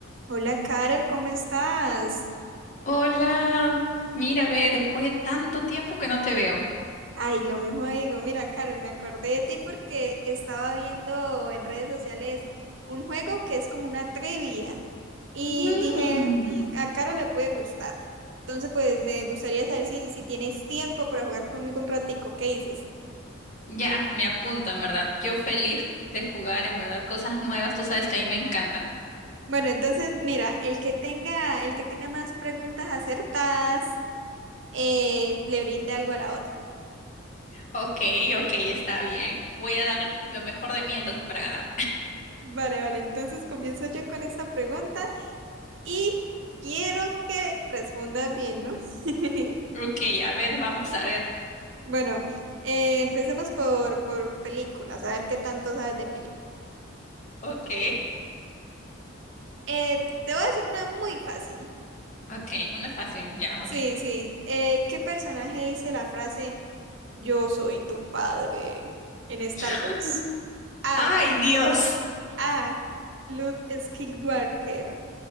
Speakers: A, on the right (about 60°); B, on the left (about 35°).
A: Hola Carol, ¿cómo estás?
B: Hola, mira, ve, después de tanto tiempo que no te veo.
A: Ay, lo mismo digo, mira Carol, me acordé de ti porque estaba viendo en redes sociales un juego que es como una trivia y
B: Mm,
A: dije, "Mm, a Carol le puede gustar. Entonces, pues me gustaría saber si, si tienes tiempo para jugar conmigo un ratico, ¿qué dices?
B: ya, me apunta, en verdad. Yo feliz de jugar, en verdad, cosas nuevas. Tú sabes que a mí me encanta.
A: Bueno, entonces, mira, el que tenga, el que tenga más preguntas acertadas, eh, le brinda algo a la otra.
B: Ok, ok, está bien. Voy a dar lo mejor de mí entonces para ganar.
A: Vale, vale, entonces comienzo yo con esta pregunta. Y quiero que respondas bien, ¿no? <laughs>
B: <laughs> Ok, a ver, vamos a ver.
A: Bueno, eh, empecemos por, por películas, a ver qué tanto sabes de películas.
B: Ok.
A: Eh, eh, te voy a hacer una muy fácil.
B: Ok, una fácil, ya,
A: Sí,
B: ok.
A: sí. Eh, ¿qué personaje dice la frase Yo soy tu padre en Star
B: <gasps>
A: Wars? A.
B: Ay, Dios.
A: A. Luke Skywalker.